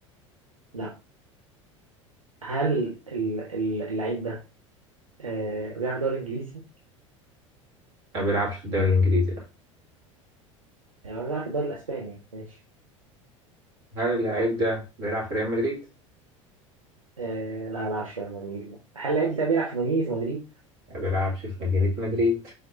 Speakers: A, on the right; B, on the right.
A: لا هل ال- ال- اللعيب ده آه، بيلعب في الدوري الانجليزي؟
B: ما بيلعبش في الدوري الإنجليزي لا
A: يعني بيلعب في الدوري الاسباني يعني. ماشي
B: هل اللعيب ده بيلعب في ريال مدريد؟
A: آه، لا ما بيلعبش في ريال مدريد لا. هل اللعيب ده بيلعب في مدينه مدريد؟
B: ما بيلعبش في مدينة مدريد